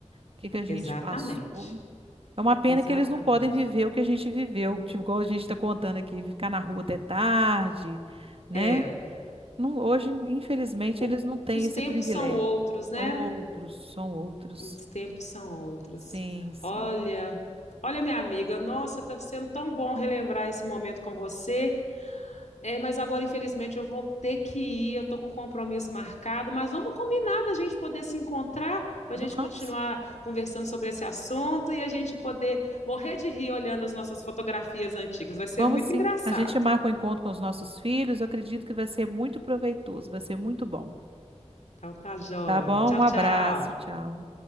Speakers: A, on the right; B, on the left.
A: O que que a gente
B: Exatamente.
A: passou. É uma pena
B: Exatamente.
A: que eles não podem viver o que a gente viveu, tipo, igual a gente está contando aqui, ficar na rua até tarde, né?
B: É,
A: Não- hoje, infelizmente,
B: o-
A: eles não têm
B: os
A: esse
B: tempos
A: privilégio.
B: são outros, né?
A: Outros, são outros.
B: Os tempos são outros.
A: Sim, sim.
B: Olha, olha minha amiga, nossa, tá sendo tão bom relembrar esse momento com você. É, mas agora, infelizmente, eu vou ter que ir, eu estou com um compromisso marcado, mas vamos combinar da gente poder se encontrar, para a gente
A: Vamos,
B: continuar conversando sobre esse assunto e a gente poder morrer de rir olhando as nossas fotografias antigas. Vai ser
A: vamos
B: muito
A: sim.
B: engraçado.
A: A gente marca um encontro com os nossos filhos. Eu acredito que vai ser muito proveitoso, vai ser muito bom.
B: Então tá joia.
A: Tá bom?
B: Tchau,
A: Um abraço,
B: tchau.
A: tchau.